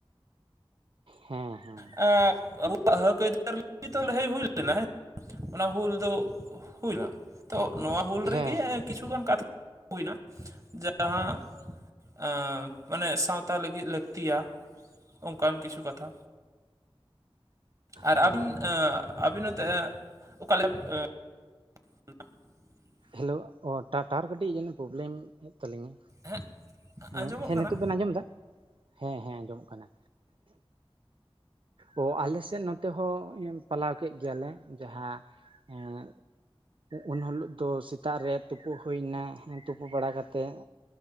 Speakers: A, on the right; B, on the right.
A: ᱦᱮᱸ ᱦᱮᱸ
B: ᱮ, <inaudible> ᱟᱵᱚᱣᱟᱜ ᱦᱟᱹᱠ ᱟᱹᱭᱫᱟᱨ ᱱᱤᱛᱚ ᱞᱟᱹᱲᱦᱟᱹᱭ ᱦᱩᱭ ᱞᱮᱱᱟ, ᱦᱮᱸ ᱚᱱᱟ ᱦᱩᱞ ᱫᱚ ᱦᱩᱭᱱᱟ᱾ ᱛᱚ ᱱᱚᱣᱟ ᱦᱩᱞ
A: ᱦᱮᱸ ᱦᱮᱸ
B: ᱨᱮᱜᱮ ᱠᱤᱪᱷᱩᱜᱟᱱ ᱠᱟᱛᱷᱟ <unintelligible> ᱦᱩᱭᱱᱟ ᱡᱟᱦᱟᱸ, ᱟᱸ ᱢᱟᱱᱮ ᱥᱟᱸᱶᱛᱟ ᱞᱟᱹᱜᱤᱫ ᱞᱟᱹᱠᱛᱤᱭᱟ ᱚᱱᱠᱟᱱ ᱠᱤᱪᱷᱩ ᱠᱟᱛᱷᱟ᱾ ᱟᱨ
A: ᱦᱮᱸ
B: ᱟᱹᱵᱤᱱ ᱮᱸ ᱟᱹᱵᱤᱱ ᱱᱚᱛᱮ ᱚᱠᱟᱞᱮᱠ <inaudible>
A: ᱦᱮᱞᱳ ᱚ ᱴᱟᱴᱟᱨ ᱠᱟᱹᱴᱤᱡ ᱡᱮᱱᱚ ᱯᱨᱚᱵᱞᱮᱢ ᱮᱫ ᱛᱟᱹᱞᱤᱧᱟ᱾
B: ᱦᱮᱸ
A: ᱦᱮᱸ,
B: ᱟᱸᱡᱚᱢᱚᱜ
A: ᱦᱮᱸ
B: ᱠᱟᱱᱟ
A: ᱱᱤᱛᱳᱜ ᱵᱮᱱ ᱟᱸᱡᱚᱢ ᱮᱫᱟ ᱦᱮᱸ ᱦᱮᱸ ᱟᱸᱡᱚᱢᱚᱜ ᱠᱟᱱᱟ᱾ ᱚ ᱟᱞᱮ ᱥᱮᱫ ᱱᱚᱛᱮ ᱦᱚᱸ ᱯᱟᱞᱟᱣ ᱠᱮᱫ ᱜᱮᱭᱟ ᱞᱮ ᱡᱟᱦᱟᱸ, ᱮᱸᱜ ᱩᱱᱦᱤᱞᱳᱜ ᱫᱚ ᱥᱮᱛᱟᱜ ᱨᱮ ᱛᱩᱯᱩ ᱦᱩᱭᱮᱱᱟ᱾ ᱛᱩᱯᱩ ᱵᱟᱲᱟ ᱠᱟᱛᱮᱫ᱾